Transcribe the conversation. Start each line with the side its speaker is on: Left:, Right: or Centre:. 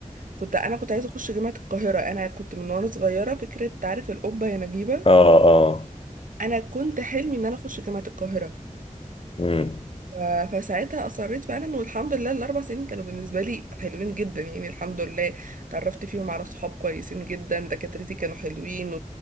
Right: كنت انا كنت عايزه اخش جامعه القاهره انا كنت من وانا صغيره فكره تعرف القبه يا نجيبه
Left: اه اه
Right: انا كنت حلمي ان انا اخش جامعه القاهره
Left: امم
Right: ف- فساعتها اصريت فعلا والحمد لله الاربع سنين كانوا بالنسبه لي حلوين جدا يعني الحمد لله اتعرفت فيهم على صحاب كويسين جدا دكاترتي كانوا حلوين